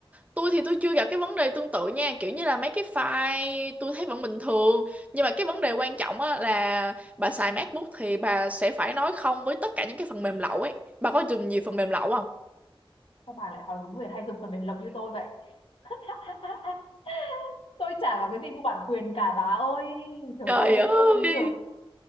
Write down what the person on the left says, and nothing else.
sao bà lại hỏi đúng người hay dùng phần mềm lộc như tôi vậy <laughs> tôi chả có cái gì mua bản quyền cả bà ơi trời
ơi thế
nên tôi mình kiểu